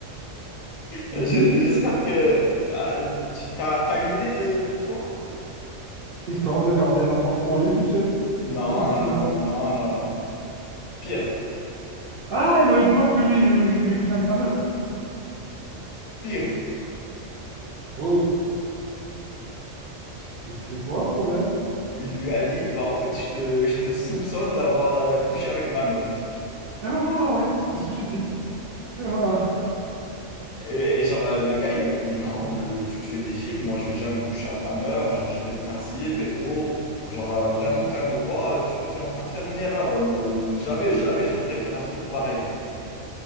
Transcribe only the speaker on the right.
Mhm.
Histoire de garder la porte pour lui tout seul,
avec sa
meuf.
Ah, il a eu peur que lui, il il lui prenne sa meuf.
Oh, c'est c'est quoi le problème?
Eh ben voilà, ouais, c'est ce que j'ai dit. Et voilà.